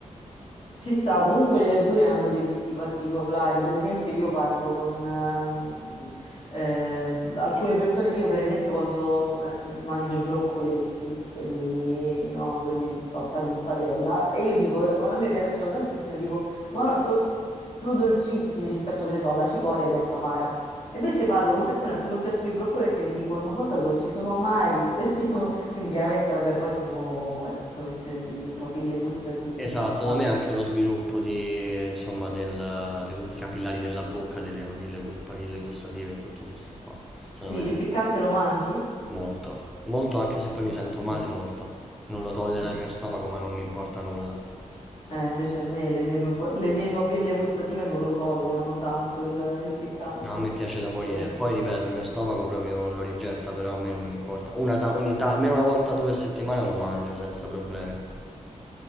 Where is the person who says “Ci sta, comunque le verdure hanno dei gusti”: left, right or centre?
Left